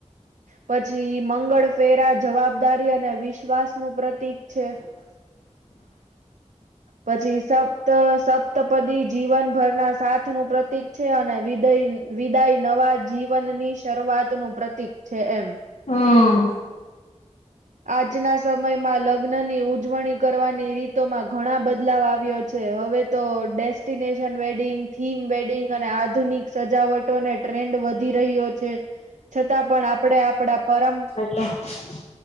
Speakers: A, on the right (about 80°); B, on the left (about 65°).
A: પછી મંગળ ફેરા જવાબદારી અને વિશ્વાસ નું પ્રતીક છે. પછી સબ. ત સપ્તપદી જીવનભરના સાથ નું પ્રતિક છે અને વિદઈ વિદાય નવા જીવનની શરૂઆત નું પ્રતિક છે એમ
B: હમ્મ.
A: આજના સમયમાં લગ્નની ઉ. ઉજવણી કરવાની રીતોમાં ઘણા બદલાવ આવ્યો છે હવે તો ડેસ્ટિનેશન વેડિંગ થીમ બેડિંગ અને આધુનિક સજાવટોને ટ્રેન્ડ વધી રહ્યો છે છતાં પણ આપણેે આપડા પરમ
B: હ <inaudible>